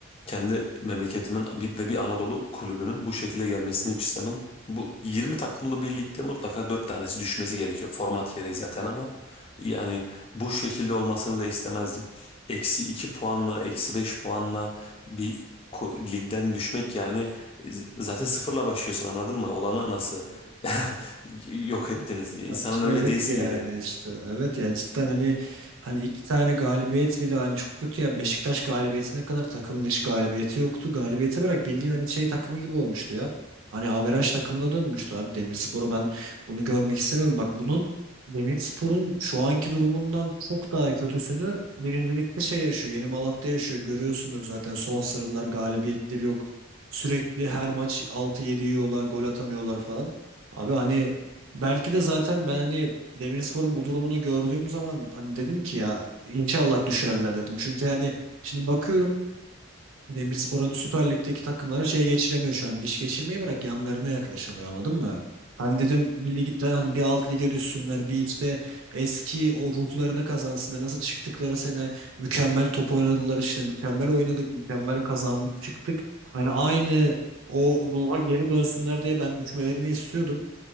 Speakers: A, on the left; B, on the right.
A: kendi memleketimin bir- ve bir Anadolu kulübünün bu şekilde gelmesini hiç istemem. Bu 20 takımlı birlikte mutlaka 4 tanesi düşmesi gerekiyor. Format gereği zaten ama yani bu şekilde olmasını da istemezdim. Eksi 2 puanla, eksi 5 puanla bir ko- ligden düşmek yani z- zaten sıfırla başlıyorsun anladın mı? Olanı nasıl
B: Evet,
A: <laughs>
B: evet.
A: yok
B: Yani
A: ettiniz?
B: <laughs> saçmalık
A: İnsanın öyle diyesi
B: yani
A: geliyor.
B: işte. Evet ya cidden hani hani iki tane galibiyet bile hani çok kötü ya. Beşiktaş galibiyetine kadar takımın hiç galibiyeti yoktu. Galibiyeti bırak bildiğin hani şey takımı gibi olmuştu ya. Hani averaj takımına dönmüştü abi Demirspor'u ben bunu görmek istemiyorum. Bak bunun Demirspor'un şu anki durumundan çok daha kötüsünü birincilikte şey yaşıyor. Yeni Malatya yaşıyor. Görüyorsundur zaten son sarılar galibiyetleri yok. Sürekli her maç altı 7 yiyorlar, gol atamıyorlar falan. Abi hani belki de zaten ben hani Demirspor'un bu durumunu gördüğüm zaman hani dedim ki ya inşallah düşerler dedim. Çünkü hani şimdi bakıyorum Demirspor hani Süper Lig'deki takımlara şey geçiremiyor şu an. Diş geçirmeyi bırak yanlarına yaklaşamıyor anladın mı? Hani dedim bir ligden hani bir alt lige düşsünler bir işte eski o ruhlarını kazansınlar. Nasıl çıktıkları sene mükemmel top oynadılar işte mükemmel oynadık mükemmel kazandık çıktık. Hani aynı o ruha geri dönsünler diye ben düşmelerini istiyordum.